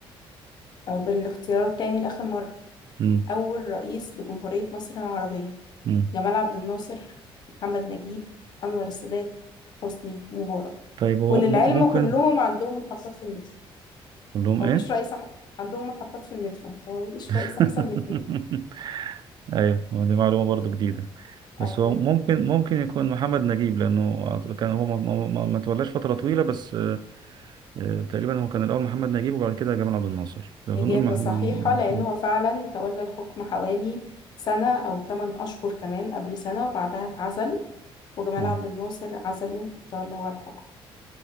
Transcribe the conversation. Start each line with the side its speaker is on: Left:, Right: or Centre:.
Left: أو بالاختيارات تاني لآخر مرة
Right: م.
Left: أول رئيس لجمهورية مصر العربية
Right: م.
Left: جمال عبد الناصر محمد نجيب أنور السادات حسني مبارك
Right: طيب هو
Left: وللعلم
Right: م- ممكن
Left: كلهم عندهم محطات في المترو
Right: أقول لهم
Left: مفيش
Right: إيه؟
Left: رئيس أح- عندهم محطات في المترو مفيش
Right: <laughs>
Left: رئيس أحسن من التاني
Right: أيوه هو دي معلومة برضو جديدة بس
Left: أيوه
Right: هو ممكن ممكن يكون محمد نجيب لأنه كان هو ما, ما, ما ما تولاش فترة طويلة بس آه، تقريبا هو كان الأول محمد نجيب وبعد كده جمال عبد الناصر فنقول
Left: إجابة
Right: محمد
Left: صحيحة لأن
Right: محمد
Left: هو فعلا تولى الحكم حوالي سنة أو 8 أشهر كمان قبل سنة وبعدها اتعزل وجمال
Right: تمام
Left: عبد الناصر عزله تولى هو الحكم